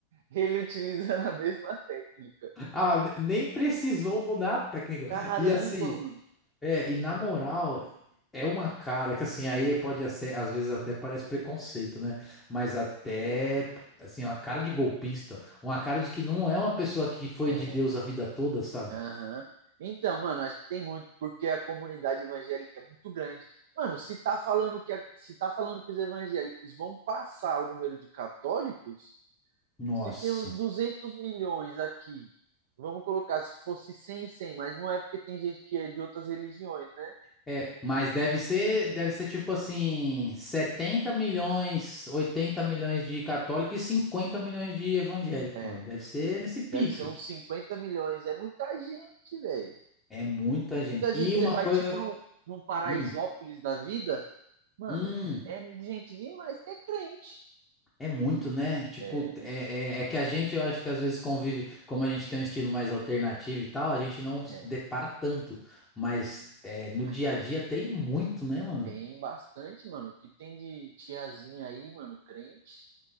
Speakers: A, on the right; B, on the left.
A: Ele utilizando a mesma técnica.
B: Ah, nem precisou mudar a técnica.
A: Caramba,
B: E assim,
A: mano.
B: É, e na moral, é uma cara que assim, aí pode ser, às vezes até parece preconceito, né? Mas até, assim, uma cara de golpista, uma cara de que não é uma pessoa que foi
A: É.
B: de Deus a vida toda, sabe?
A: Aham. Então, mano, acho que tem muito, porque a comunidade evangélica é muito grande. Mano, se tá falando que a- se tá falando que os evangélicos vão passar o número de católicos,
B: Nossa.
A: se tem uns 200 milhões aqui, vamos colocar se fosse cem cem mas não é porque tem gente que é de outras religiões, né?
B: É, mas deve ser, deve ser tipo assim, 70 milhões, 80 milhões de católico e 50 milhões de evangélico,
A: É,
B: mano. Deve ser nesse pique.
A: deve ser uns 50 milhões, é muita gente, velho.
B: É muita gente.
A: Muita gente,
B: E uma
A: você vai
B: coisa,
A: tipo num, num Paraisópolis
B: hum,
A: da vida, mano,
B: hum,
A: é gente demais que é crente.
B: É muito, né? Tipo,
A: É.
B: é, é, é que a gente, eu acho que às vezes convive, como a gente tem um estilo mais alternativo e tal, a gente não se
A: É,
B: depara tanto. Mas é, no
A: Mas
B: dia a
A: tem,
B: dia tem muito, né, mano?
A: tem bastante, mano. o Que tem de tiazinha aí, mano, crente,